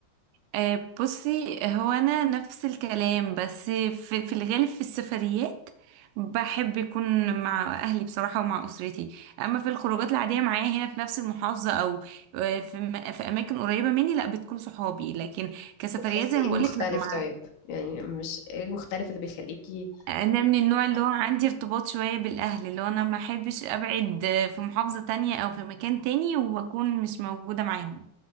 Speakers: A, on the right (about 80°); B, on the left (about 75°).
A: آه، بصي هو انا نفس الكلام بس في, في الغالب في السفريات بحب يكون مع اهلي بصراحة ومع اسرتي اما في الخروجات العادية معايا هنا في نفس المحافظة او آه، في, م- في اماكن قريبة مني لا بتكون صحابي لكن كسفريات
B: بتحسي
A: زي
B: ايه
A: ما
B: المختلف
A: بقولك لا مع
B: طيب يعني مش ايه المختلف اللي بيخليكي
A: انا من النوع اللي هو عندي ارتباط شوية بالاهل اللي هو انا ما احبش ابعد آه، في محافظة تانية او في مكان تاني واكون مش موجودة معاهم